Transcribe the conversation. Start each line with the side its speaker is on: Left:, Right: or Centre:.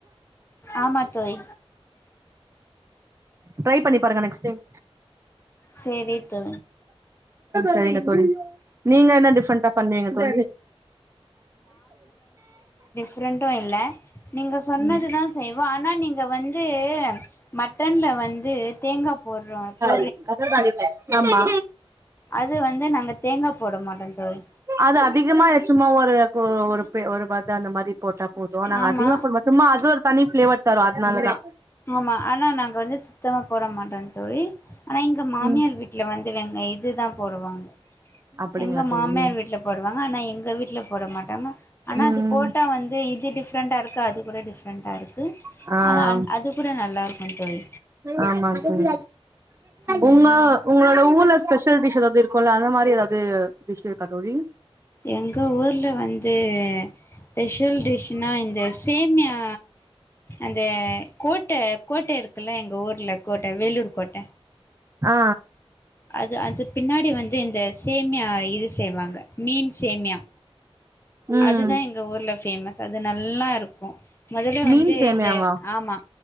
Left: ஆமா தோழி
Right: ட்ரை பண்ணி பாருங்க நெக்ஸ்ட் டைம்
Left: சேரி தோ
Right: செரிங்க தோழி நீங்க என்ன டிஃப்ரெண்டா பண்ணுவீங்க தோழி
Left: ஃப்ரெண்ட்டு இல்ல நீங்க சொன்னது
Right: ம்
Left: தா செய்வோ ஆனா நீங்க வந்து ந்து மட்டன்ல வந்து தேங்கா போட்றோ போ
Right: <inaudible> ஆமா
Left: அது வந்து நாங்க தேங்கா போட மாட்டோ தோழி
Right: அது அதிகமா சும்மா ஒரு ஒரு ஒரு பத்த அந்த மாரி போட்டா போது நாங்க
Left: ஆமா
Right: அதிகமா போட மாட்டோ சும்மா அது ஒரு தனி ஃப்ளேவர் தர்ரு அதுனாலதா
Left: ஆமா ஆனா நாங்க வந்து சுத்தமா போட மாட்டோ தோழி ஆனா எங்க மாமியார்
Right: ம்
Left: விட் ட்ல வந்து வெங்க இதுதா போடுவாங்க
Right: அப்டிங்களா
Left: எங்க மாமியார்
Right: தோழி
Left: வீட்ல போடுவாங்க ஆனா எங்க வீட்ல போட மாட்டாங்க ஆனா
Right: ம்
Left: அது போட்டா வந்து இது டிஃப்ரெண்ட்டா இருக்கு அது கூட டிஃப்ரெண்ட்டா இருக்கு
Right: ஆ
Left: அன் அது கூட நல்லா இருக்கு தோழி
Right: ஆமாங் தோழி
Left: ம்
Right: உங்க உங்களோட ஊர்ல ஸ்பெஷல் டிஷ் எதாவது இருக் குல்ல அந்த மாரி எதாவது டிஷ் இருக்கா தோழி
Left: எங்க ஊர்ல வந்து ஸ்பெஷல் டிஷ்னா இந்த சேம்யா அந்த கோட் ட்ட கோட்ட இருக்குல்ல எங்க ஊர்ல கோட்ட வேலூர் கோட்ட
Right: ஆ
Left: அது அது பின்னாடி வந்து இந்த சேமியா இது செய்வாங்க மீன் சேமியா
Right: ம்
Left: அதுதா எங்க ஊர்ல ஃபேமஸ் அது நல்லா இருக்கு மொதல்ல
Right: மீன்
Left: வந்து
Right: சேமியாவா
Left: இந்த ஆமா